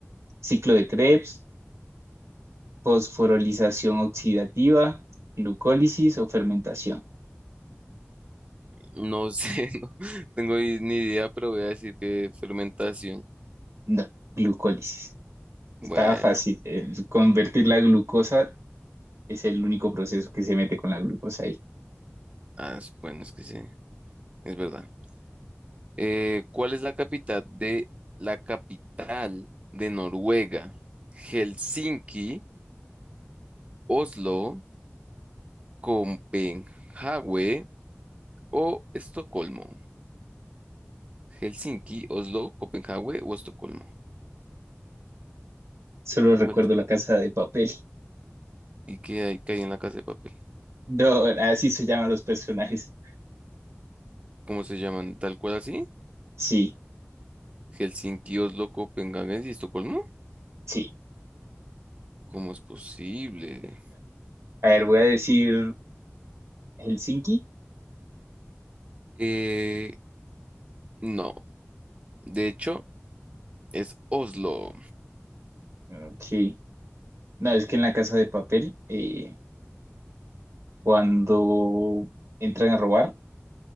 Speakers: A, on the right (about 85°); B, on the right (about 30°).
A: ciclo de Krebs, fosforilización oxidativa, glucólisis o fermentación.
B: No sé, <laughs> no tengo ni ni idea, pero voy a decir que fermentación.
A: No, glucólisis. Estaba
B: Bueno,
A: fácil. eh, Convertir la glucosa es el único proceso que se mete con la glucosa ahí.
B: ah, es- bueno, es que sí, es verdad. Eh, ¿cuál es la capital de la capital de Noruega? Helsinki, Oslo, Copenhague o Estocolmo. Helsinki, Oslo, Copenhague o Estocolmo.
A: Solo
B: ¿Cuál?
A: recuerdo la casa de papel.
B: ¿Y qué hay, qué hay en la casa de papel?
A: No, así se llaman los personajes.
B: ¿Cómo se llaman? ¿Tal cual así?
A: Sí,
B: ¿Helsinki, Oslo, Copenhague y Estocolmo?
A: sí.
B: ¿Cómo es posible?
A: A ver, voy a decir Helsinki.
B: Eh, no, de hecho es Oslo.
A: Ok. No, es que en la casa de papel, eh, cuando entran a robar,